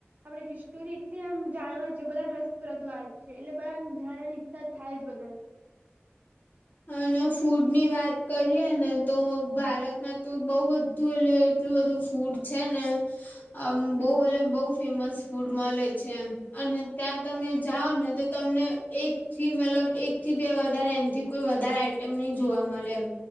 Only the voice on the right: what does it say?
આપડે હિસ્ટોરી એટલી આમ જાણવા છે બધા રસપ્રદ વાત છે એટલે બધાન જાણવાની ઈચ્છા થાય જ બધાને.